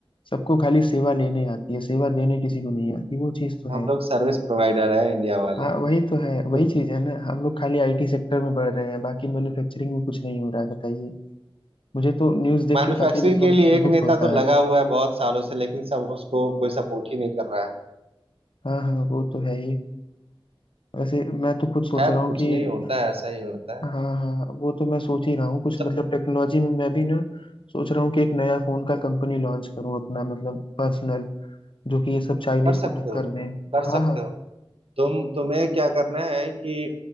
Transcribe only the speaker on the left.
सबको खाली सेवा लेने आती है सेवा देने किसी को नहीं आती वो चीज तो
है
हाँ वही तो है
वही चीज है ना हम लोग खाली आईटी सेक्टर में बढ़ रहे हैं बाकी मैन्युफैक्चरिंग में कुछ नहीं हो रहा है बताइए मुझे तो न्यूज देख
के काफी मतलब
दुख
होता
है
हाँ हाँ वो तो है ही वैसे मैं तो खुद सोच
रहा हूँ
कि
हाँ हाँ वो तो मैं सोच ही रहा हूँ कुछ
मतलब टेक्नोलॉजी में मैं भी ना सोच रहा हूँ कि एक नया फोन का कंपनी लॉन्च करूँ अपना मतलब पर्सनल जो कि ये सब चाइनीज
को टक्कर
दें
हाँ हाँ